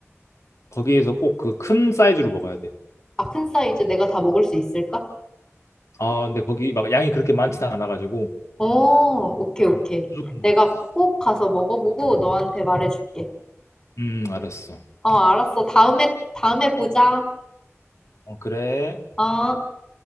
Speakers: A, on the left; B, on the left.
A: 거기에서 꼭 그 큰 사이즈로 먹어야 돼.
B: 아 큰 사이즈 내가 다 먹을 수 있을까?
A: 아, 근데 거기 막 양이 그렇게 많지는 않아가지고
B: 어, 오케이, 오케이.
A: 무조건 먹을
B: 내가
A: 수 있어.
B: 꼭 가서 먹어보고 너한테 말해줄게.
A: 음, 알았어.
B: 어, 알았어. 다음에, 다음에 보자.
A: 어, 그래.
B: 어.